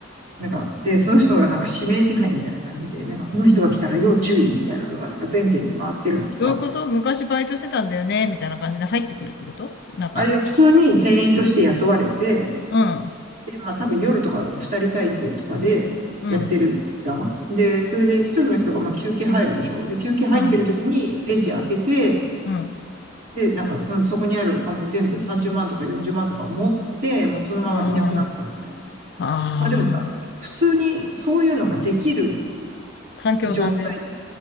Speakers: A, on the right; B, on the left.
A: なんか、で、その人がなんか指名手配みたいな感じで、なんかこの人が来たら要注意みたいなのがなんか全店に回ってるのとか、
B: どういうこと昔バイトしてたんだよねみたいな感じで入ってくるってこと中に。
A: あ、いや、普通に店員として雇われて、
B: うん、うん、
A: で、まあ多分夜とかだと二人体制とかでやってるじゃん。
B: うん、
A: で、それで一人の人がまあ休憩入るでしょ。で、休憩入ってる時にレジ開けて、
B: うん、うん。
A: で、なんかその、そこにあるお金全部30万とか40万とかを持って、もうそのままいなくなったみたいな。
B: ああ、ああ、
A: まあでもさ、普通にそういうのができる
B: 環境だね。
A: 状態